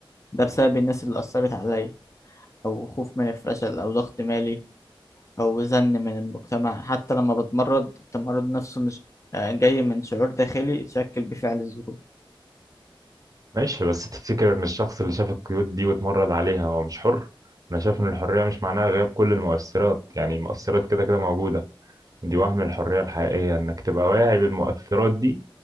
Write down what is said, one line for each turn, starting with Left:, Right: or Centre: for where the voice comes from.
Left: ده بسبب الناس اللي اثرت عليا او خوف من الفشل او ضغط مالي او زن من المجتمع حتى لما بتمرض التمرض نفسه مش آه، جاي من شعور داخلي اتشكل بفعل الظروف
Right: ماشي بس تفتكر ان الشخص اللي شاف القيود دي واتمرد عليها هو مش حر انا شايف ان الحرية مش معناها غياب كل المؤثرات يعني المؤثرات كده كده موجودة دي وهم الحرية الحقيقية انك تبقى واعي بالمؤثرات دي